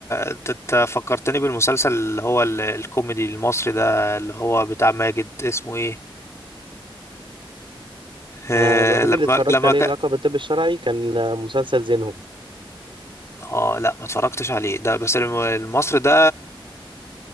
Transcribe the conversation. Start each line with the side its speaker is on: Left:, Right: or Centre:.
Left: انت أنت فكرتني بالمسلسل اللي هو ال- الكوميدي المصري ده اللي هو بتاع ماجد اسمه ايه آه
Right: انا الوحيد
Left: لما
Right: اللي اتفرجت
Left: لما
Right: عليه
Left: كان
Right: لقب الطب الشرعي كان مسلسل زينهم
Left: اه لا ما اتفرجتش عليه ده بس الم- المصري ده